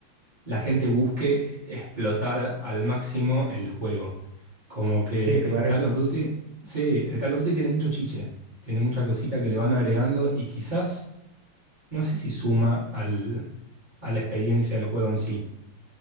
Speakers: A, on the right; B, on the right.
A: la gente busque explotar al máximo el juego. Como que
B: Sí, ¿te parece?
A: el Call of Duty, sí, el Call of Duty tiene mucho chiche, tiene mucha cosita que le van agregando y quizás, no sé si suma al, a la experiencia del juego en sí.